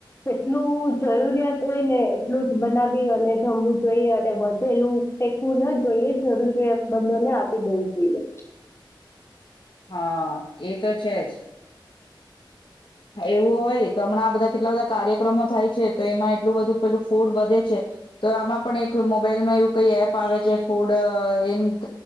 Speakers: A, on the left; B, on the left.
A: જેટલું જરૂરિયાત હોય ને, એટલું જ બનાવી અને જમવું જોઈએ અને વધેલું ફેકવું ન જોઈએ, જરૂરિયાત મંદો ને આપી દેવું જોઈએ.
B: હા, એ તો છેજ. હા એવું હોય, તો હમણાં બધા કેટલા બધા કાર્યક્રમો થાય છે તો એમાં એટલું બધું પેલું ફૂડ વધે છે, તો આમાં પણ એક મોબાઈલમાં એવું કઈ એપ આવે છે ફૂડ અ ઇંત